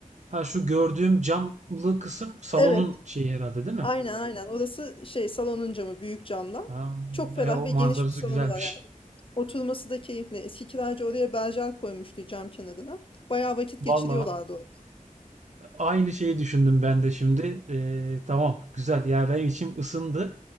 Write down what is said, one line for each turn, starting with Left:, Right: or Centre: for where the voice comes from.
Right: ha şu gördüğüm camlı kısım salonun
Left: Evet.
Right: şeyi herhalde değil mi?
Left: Aynen aynen. Orası şey salonun camı büyük camlar.
Right: Ha,
Left: Çok ferah
Right: e, o
Left: ve
Right: manzarası
Left: geniş bir salonu
Right: güzelmiş.
Left: var yani. Oturması da keyifli. Eski kiracı oraya berjer koymuştu cam kenarına. Bayağı vakit geçiriyorlardı
Right: Valla
Left: orada.
Right: Aynı şeyi düşündüm ben de şimdi. Ee, tamam güzel ya benim içim ısındı.